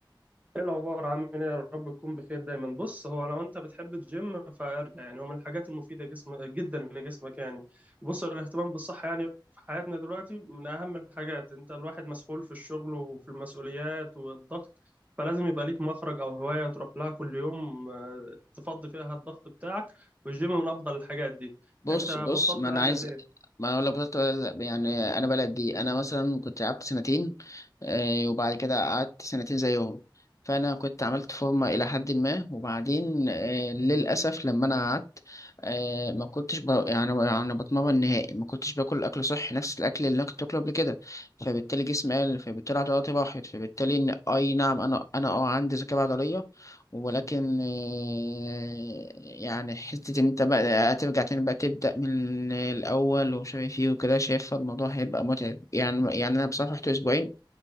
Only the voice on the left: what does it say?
بص
بص
ما
انا عايز
ما انا لو بطلت يعني انا بلد دي انا مثلا كنت لعبت سنتين آه، وبعد كده قعدت سنتين زيهم فانا كنت عملت فورمه الى حد ما وبعدين آه، للاسف لما انا قعدت آه، ما كنتش ب... يعني يعني بتمرن نهائي ما كنتش باكل اكل صحي نفس الاكل اللي انا كنت باكله قبل كده فبالتالي جسمي قل فبالتالي عضلاتي راحت فبالتالي إن- اي نعم انا انا اه عندي ذكاء عضليه ولكن آه، يعني حتة إن أنت بقى هترجع تاني بقى تبدأ من الأول ومش عارف إيه وكده شايف الموضوع هيبقى متعب يعني يعني أنا بصراحة رحت أسبوعين